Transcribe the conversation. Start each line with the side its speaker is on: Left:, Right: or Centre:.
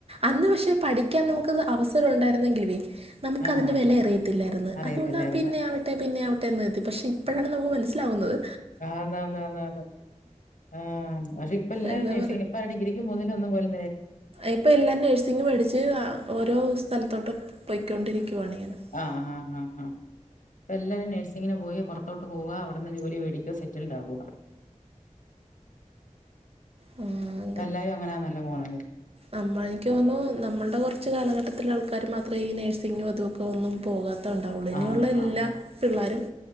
Right: അന്ന് പക്ഷേ പഠിക്കാൻ നമുക്ക് അവസരം ഉണ്ടായിരുന്നെങ്കിലേ നമുക്ക്
Left: ആഹ്
Right: അതിൻ്റെ വില അറിയത്തില്ലായിരുന്നു
Left: അറിയത്തില്ലായിരുന്നു
Right: അതുകൊണ്ടാണ് പിന്നെ അത് പിന്നെ ആവട്ടെന്ന് നിർത്തി പക്ഷെ ഇപ്പോഴാണ് നമുക്ക് മനസ്സിലാകുന്നത്
Left: ആ ന്നാ ന്നാ അതെ നന്നാ ആ പക്ഷെ ഇപ്പൊ എല്ലാവരും
Right: എന്താ
Left: നേഴിങ് ഇപ്പ ഡിഗ്രി മൂന്നില് ഒന്ന് പോലെ
Right: ഇപ്പൊ എല്ലാം നേഴ്സിങ് പഠിച്ച് ഓരോ സ്ഥലത്തോട്ട് പോയ്ക്കൊണ്ടിരിക്കുവാണി ഇങ്ങനെ
Left: ആ ആ ആ ഇപ്പ എല്ലാവരും നഴ്സിങ്ങിന് പോയി പുറത്തോട്ട് പോവുക അവിടുന്ന് ജോലി മേടിക്കുക സെറ്റിൽഡ് ആവുക
Right: ആ
Left: പ്പ എല്ലാരും അങ്ങനെ ആന്നല്ലോ പോണത്
Right: നമ്മൾ എനിക്ക് തോന്നുന്നു നമ്മളുടെ കുറച്ച് കാലഘട്ടത്തിലെ ആൾക്കാർ മാത്രമേ ഈ നേഴ്സിങ്ങും അതും ഓ ഒന്നും പോകാത്ത ഉണ്ടാവുള്ളു ഇനിയുള്ള
Left: ആഹ്
Right: എല്ലാ
Left: ആഹ് ആഹ്
Right: പിള്ളേരും